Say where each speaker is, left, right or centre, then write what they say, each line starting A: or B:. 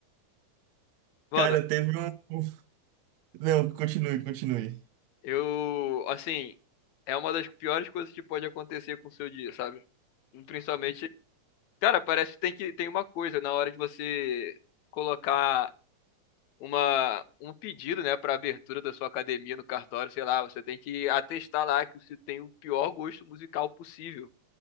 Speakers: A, on the left; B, on the right.
A: Mano,
B: Cara, teve um. um, Não, continue, continue.
A: eu, assim, é uma das piores coisas que pode acontecer com o seu dia, sabe? Principalmente, cara, parece que tem que tem uma coisa na hora de você colocar uma, um pedido, né, para abertura da sua academia no cartório, sei lá, você tem que atestar lá que você tem o pior gosto musical possível.